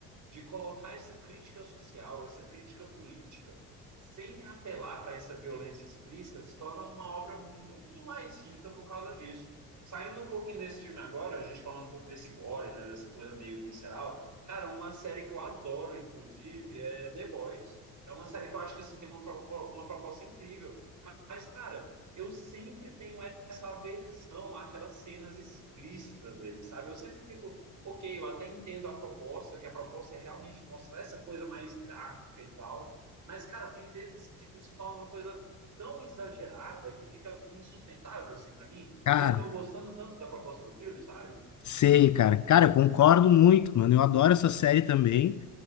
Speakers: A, on the right (about 40°); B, on the left (about 40°).
A: de colocar essa crítica social, essa crítica política, sem apelar para essa violência explícita, se torna uma obra muito mais rica por causa disso. Saindo um pouquinho desse filme agora, a gente falando um pouco desse gore, né, dessa coisa meio visceral, cara, uma série que eu adoro, inclusive, é The Boys. É uma série que eu acho que assim, tem uma, uma proposta incrível, mas, cara, eu sempre tenho essa aversão àquelas cenas explícitas dele, sabe? Eu sempre fico, ok, eu até entendo a proposta, que a proposta é realmente mostrar essa coisa mais gráfica e tal, mas, cara, tem vezes que, tipo, se torna uma coisa tão exagerada que fica insustentável, assim, para mim,
B: Cara,
A: mesmo eu gostando tanto da proposta do filme, sabe?
B: sei, cara. Cara, eu concordo muito, mano. Eu adoro essa série também.